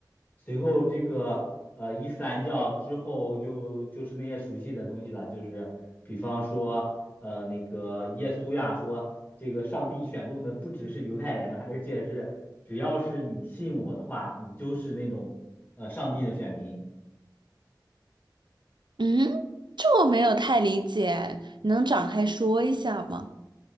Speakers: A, on the left; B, on the right.
A: 随后这个呃伊斯兰教之后就就是那些熟悉的东西了，就是比方说呃那个耶稣呀说，这个上帝选中的不只是犹太人，而且是只要是你信我的话，你就是那种呃上帝的选民。
B: 嗯，这我没有太理解，能展开说一下吗？